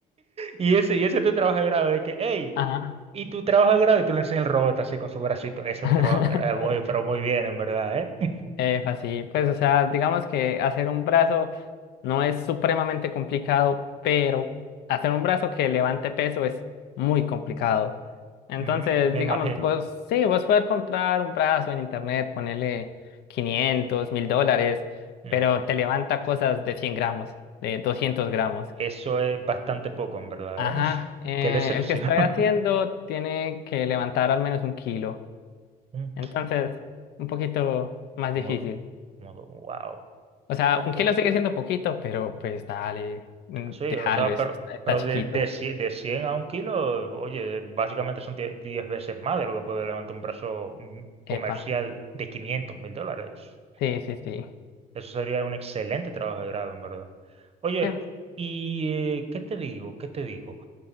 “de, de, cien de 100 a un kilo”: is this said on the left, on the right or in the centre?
Right